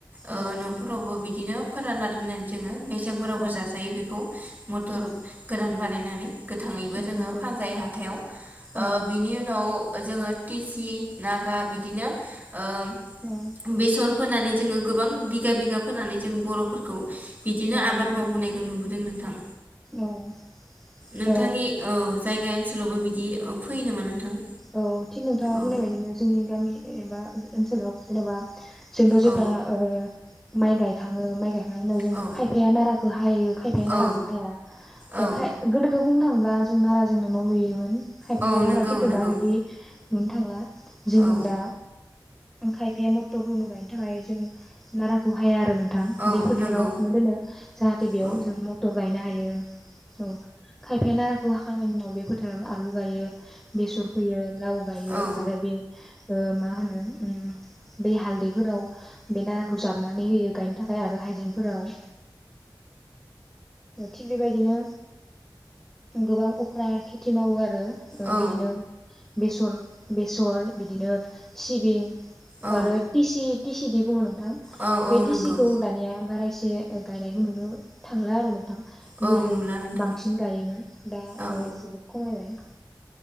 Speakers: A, on the right (about 25°); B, in the centre.
A: ओ
B: औ नंगौ
A: न'फोरावबो बिदिनो फोरानना दोननानै जोङो। बेसागफोरावबो
B: औ
A: जाजायो बेखौ मथर
B: औ
A: गोरान बानायनानै। गोथाङैबो
B: औ
A: जोङो
B: नंगौ
A: फानजायो हाथायाव ओ
B: औ
A: बिनि उनाव जोङो टिसि नागा बिदिनो ओ
B: औ
A: बेसर फोनानै जोङो गोबां बिगा बिगा फाननानै जों बर'फोरखौ बिदिनो
B: औ
A: आबाद
B: नंगौ
A: मावबोनायखौ नुबोदों नों थां।
B: औ। थिग
A: नोंथांनि औ जायगा ओनसोलावबो बिदि ओ फैयो नामा नोंथां?
B: औ थिग नोंथाङा
A: औ
B: बुंनाय बायदिनो जोंनि गामि एबा ओनसोलाव जेन'बा जोंथ' जेब्ला
A: औ
B: ओ माइ गायखाङो माइ गाय ओंखाय उनाव जों
A: औ
B: खायफाया नाराखौ हायो खायफाया नाराखौ
A: औ
B: हाया
A: औ
B: ओंखाय गोदोथ' बुंनो थांब्ला ब्ला जों नारा जोंनो न' लुयोमोन। खायफा
A: औ
B: खायफा
A: नंगौ
B: फोरा किन्टु थ'
A: नंगौ
B: दा बिदि नुनो थांला जों
A: औ
B: दा खायफाया मथर उनु गायनो थाखाय जों नाराखौ हाया आरो। नोंथां
A: औ
B: बे फोथारावनो
A: नंगौ
B: दोनो जाहाथे बेयाव
A: औ
B: जों मटर गायनो हायो। बियो। औ। खायफाया नाराखौ हाखांनायनि उनाव बे फोथारावनो आलु गायो। बेसर फोयो लाव गायो
A: औ
B: आरो ओ मा होनो बे हालदैफोराव बे नाराखौ जाबनानै होयो गायनो थाखाय आरो हायजेंफोराव थिग बेबायदिनो गोबां अफ्रा खेथि मावो आरो। ओ
A: औ
B: बि बेसर बेसर बिदिनो सिबिं।
A: औ
B: आरो टि सि। टिसि दि बुंङो नों
A: औ औ
B: बे
A: नंगौ
B: टिसि खौ दानिया बारायसि एसे गायनायखौ नुनो थांला आरो नोंथां।
A: औ
B: गोदो
A: नुला नोंथां
B: बांसिन गायोमोन दा ओ
A: औ
B: जोबोद खमायबाय।